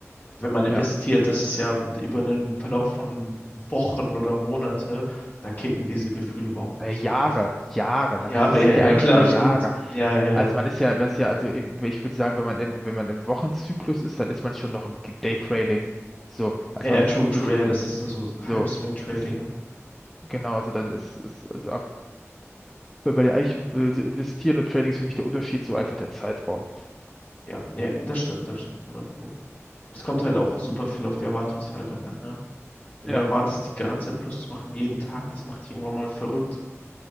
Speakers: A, on the left; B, in the centre.
A: wenn man investiert,
B: Ja.
A: das ist ja über einen Verlauf von Wochen oder Monate, da kicken diese Gefühle überhaupt
B: Äh,
A: nicht
B: Jahre,
A: so krass.
B: Jahre. Man
A: Jahre,
B: investiert
A: ja, ja,
B: ja eigentlich
A: klar,
B: über Jahre.
A: stimmt. Ja, ja,
B: Also
A: ja.
B: man ist ja, man ist ja, also im- ich würde sagen, wenn man in, wenn man im Wochenzyklus ist, dann ist man schon noch im G- Daytrading. So, also
A: Ja, ja,
B: man
A: true,
B: ist wirklich
A: true, ja, das ist dann so
B: so,
A: Halbswing-Trading.
B: das, genau, also dann ist, ist also ab, weil bei dir eigentlich will so investieren und Trading ist für mich der Unterschied, so einfach der Zeitraum.
A: Ja, ja, das stimmt, das stimmt, 100 Pro. Es kommt halt auch super viel auf die Erwartungshaltung an, ne? Wenn
B: Ja,
A: du erwartest, die ganze Zeit Plus zu machen, jeden Tag, das macht dich irgendwann mal verrückt